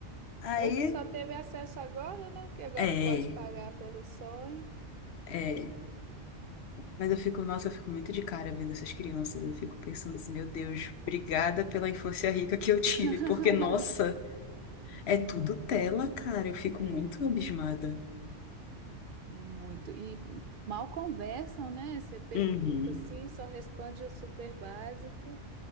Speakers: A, on the left; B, on the right.
A: Aí,
B: Ou que só teve acesso agora, né? Que agora
A: é,
B: pode pagar pelo sonho.
A: é. Mas eu fico, nossa, eu fico muito de cara vendo essas crianças. Eu fico pensando assim, meu Deus, obrigada pela infância rica que eu tive,
B: <laughs>
A: porque, nossa, é tudo tela, cara. Eu fico
B: É,
A: muito abismada.
B: é muito. E mal conversam, né? Você pergunta
A: Uhum.
B: assim, só responde o super básico.